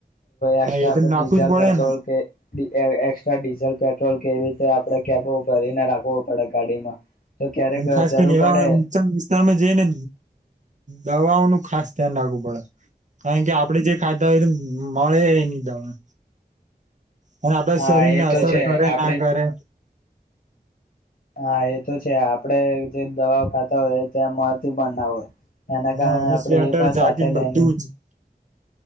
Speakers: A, on the left (about 55°); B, on the right (about 45°).
A: એકસ્ટ્રા
B: એ તો
A: પર
B: નાખવું
A: ડીઝલ,
B: જ પડે
A: પેટ્રોલ
B: ને
A: કે. એક્સ્ટ્રા ડીઝલ પેટ્રોલ, કેવી રીતે આપડણે કે ભરીને રાખવો પડે ગાડીમાં. તો ક્યારેક
B: અને ખાસ
A: જરૂર
B: કરીને, એવા
A: પડે
B: ઉચમ વિસ્તારમાં જે ને દવાઓનું ખાસ ધ્યાન રાખવું પડે કારણ કે આપડે જે ખાધા હોય, તો મળે એ નહી, દવા. અને આપડાે
A: હા
B: શરીર
A: એ
B: ને,
A: તો
B: અસર
A: છે
B: કરે
A: આપડે
B: ના કરે.
A: હા એ તો છે, આપડે જે દવાઓ ખાતા હોય, ત્યાં મળતી પણ ના હોય. એના
B: હા
A: કારણે
B: અને
A: આપણેે,
B: સ્વેટર
A: એ પણ
B: જાકેટ
A: સાથે લઈને.
B: બધું જ